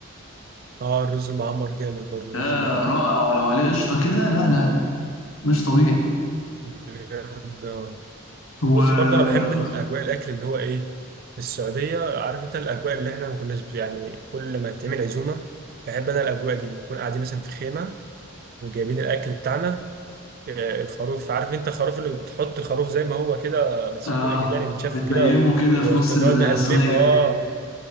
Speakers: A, on the right; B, on the left.
A: آه الرز المعمر جامد برضه
B: ده
A: الرز المعمر
B: رائع ولو عليه قشطه كده لا لا لا مش طبيعي
A: بجد آه.
B: و
A: بص برضه انا بحب إن اجواء الاكل اللي هو ايه في السعوديه عارف انت الاجواء اللي احنا ما كناش يعني كل ما تعمل عزومه بحب انا الاجواء دي نكون قاعدين مثلا في خيمه وجايبين الاكل بتاعنا آه، الخروف عارف انت الخروف اللي تحط خروف زي ما هو كده بس
B: اه
A: يكون اكيد يعني متشف
B: بتنيمه
A: كده
B: كده
A: ونقعد
B: في نص الصينيه
A: نقلب اه